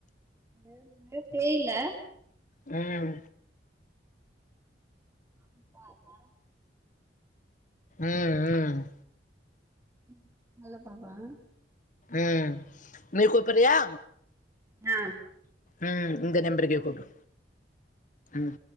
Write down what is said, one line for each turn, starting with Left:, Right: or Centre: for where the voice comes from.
Right: இங்க எதும் மழ பெய்ல
Left: ம்
Right: <unintelligible> மரோ
Left: ம் ம்
Right: ம் நல்ல <unintelligible>
Left: ம் நீ கூப்பறியா
Right: அ
Left: ம் இந்த நெம்பருக்கே கூப்டு ம்